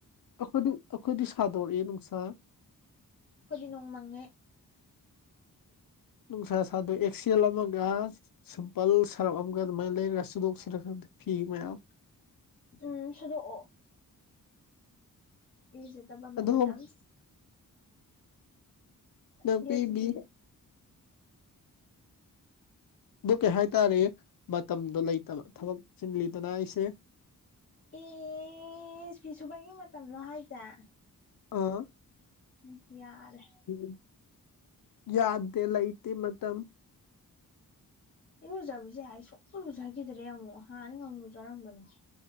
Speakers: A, on the left; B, on the left.
A: ꯑꯩꯈꯣꯏꯗꯤ ꯑꯩꯈꯣꯏꯗꯤ ꯁꯥꯗꯣꯔꯛꯑꯦ ꯅꯨꯡꯁꯥ
B: ꯑꯈꯣꯏꯗꯤ ꯅꯣꯡ ꯃꯪꯉꯦ
A: ꯅꯨꯡꯁꯥ ꯁꯗꯣꯛꯑꯦ ꯑꯦꯛꯁꯦꯜ ꯑꯃꯒ ꯁꯤꯝꯄꯜ ꯁꯔꯞ ꯑꯃꯒ ꯑꯗꯨꯃꯥꯏꯅ ꯂꯩꯔꯒ ꯁꯨꯗꯣꯛꯁꯤꯔ ꯈꯪꯗꯦ ꯐꯤ ꯃꯌꯥꯝ
B: ꯎꯝ ꯁꯨꯗꯣꯛꯑꯣ ꯏꯔꯨꯖꯗꯕ ꯃꯅꯝ
A: ꯑꯗꯣ
B: ꯅꯝꯁ
A: ꯅꯥꯄꯤꯕꯤ
B: ꯑꯌꯣ ꯁꯤꯔꯦ
A: ꯑꯗꯨ ꯀꯩ ꯍꯥꯏꯇꯥꯔꯦ ꯃꯇꯝꯗꯣ ꯂꯩꯇꯕ ꯊꯕꯛ ꯆꯤꯜꯂꯤꯗꯅ ꯑꯩꯁꯦ
B: ꯏꯁ ꯐꯤ ꯁꯨꯕꯒꯤ ꯃꯇꯝꯂꯣ ꯍꯥꯏꯁꯦ
A: ꯑ
B: ꯎꯝ ꯌꯥꯔꯦ
A: ꯎꯝ ꯌꯥꯗꯦ ꯂꯩꯇꯦ ꯃꯇꯝ
B: ꯏꯔꯨꯖꯕꯖꯦ ꯑꯩ ꯁꯨꯡꯎꯟ ꯂꯨꯖꯒꯤꯗ꯭ꯔꯦ ꯑꯃꯨꯛ ꯍꯥꯟꯅꯗꯤ ꯈꯔꯕꯨ ꯂꯨꯖꯔꯝꯕꯅꯤ